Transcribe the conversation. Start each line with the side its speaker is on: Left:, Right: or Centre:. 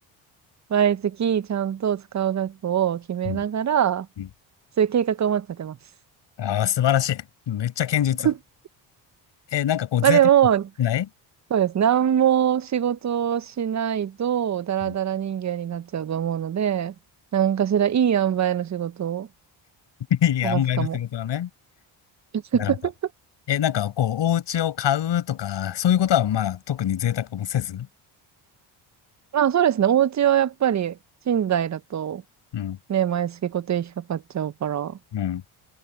Right: 毎月ちゃんと使う額を決めながら、
Left: うん。うん
Right: そういう計画をまず立てます。
Left: ああー、素晴らしい。めっちゃ堅実。
Right: <laughs>
Left: え、なんかこう、贅沢してない
Right: まあでも、そうです。何も仕事をしないと、ダラダラ人間になっちゃうと思うので、
Left: うん
Right: 何かしらいい塩梅の仕事を
Left: いい塩梅の仕事だね。
Right: 探すかも。<laughs>
Left: なるほど。え、なんかこう、お家を買うとか、そういうことは、まあ、特に贅沢もせず。
Right: まあそうですね。お家はやっぱり、寝台だと
Left: うん、
Right: ね、毎月固定費かかっちゃうから。
Left: うん。